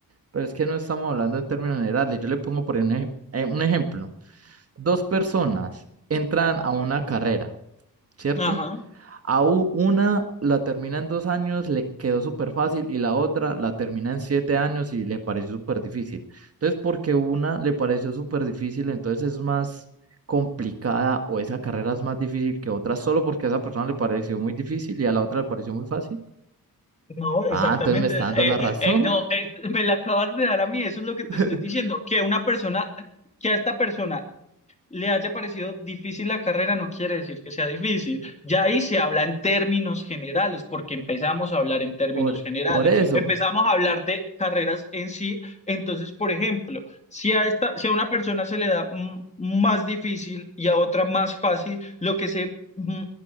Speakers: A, on the right; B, on the left.
A: Pero es que no estamos hablando en términos generales. Yo le pongo por un, ej- eh, un ejemplo. Dos personas entran a una carrera, ¿cierto?
B: mm. Ajá.
A: A u- una la termina en dos años, le quedó súper fácil y la otra la termina en siete años y le pareció súper difícil. Entonces, porque una le pareció súper difícil, entonces es más complicada o esa carrera es más difícil que otra solo porque a esa persona le pareció muy difícil y a la otra le pareció muy fácil.
B: No, exactamente.
A: Ah, entonces me está dando
B: Eh,
A: la razón
B: eh, no, eh, me la acabas de dar a mí, eso es lo que
A: <laughs>
B: te estoy diciendo, que una persona, que a esta persona le haya parecido difícil la carrera no quiere decir que sea difícil. Ya ahí se habla en términos generales, porque empezamos a hablar en términos
A: por,
B: generales.
A: por eso,
B: Empezamos a hablar de carreras en sí. Entonces, por ejemplo, si a, esta, si a una persona se le da mm, más difícil y a otra más fácil, lo que se mm,